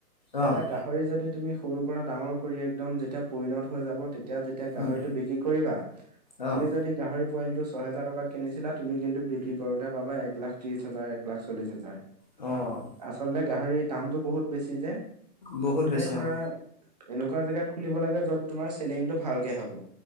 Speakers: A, on the left (about 25°); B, on the right (about 25°).
A: অ',
B: এটা গাহৰি যদি তুমি সৰু পৰা ডাঙৰ কৰি একদম যেতিয়া পৰিণত হৈ যাব তেতিয়া যেতিয়া গাহৰিটো
A: উম,
B: বিক্ৰী কৰিবা, তুমি
A: অ',
B: যদি গাহৰি পোৱালীটো ছহেজাৰ টকাত কিনিছিলা তুমি কিন্তু বিক্ৰী কৰোতে পাবা এক লাখ ত্ৰিশ হাজাৰ, এক লাখ চল্লিশ হাজাৰ।
A: অ',
B: আচলতে গাহৰি দামটো বহুত বেছি যে
A: বহুত
B: মানে
A: বেছি
B: ধৰা
A: অ',
B: এনেকুৱা জেগাত খুলিব লাগে যত তোমাৰ চেলিংটো ভালকে হ'ব।